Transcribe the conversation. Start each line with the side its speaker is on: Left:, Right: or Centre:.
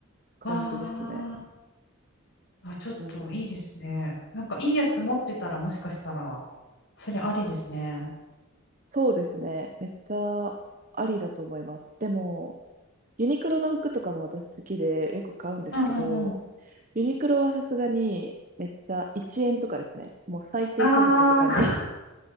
Right: 感じですね。
Left: あーあ、ちょっといいですね。
Right: お
Left: なんかいいやつ持ってたらもしかしたら、それありですね。
Right: そうですね。めっちゃありだと思います。でも、ユニクロの服とかも私好きでよく買うんですけど、
Left: うんうん
Right: ユニクロはさすがにめっちゃ1円とかですね。もう最低価格とかに
Left: ああ、